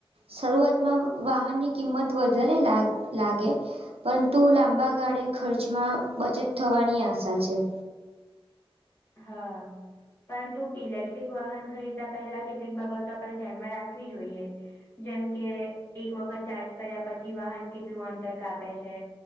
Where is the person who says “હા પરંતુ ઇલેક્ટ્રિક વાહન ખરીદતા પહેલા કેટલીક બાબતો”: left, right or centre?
Left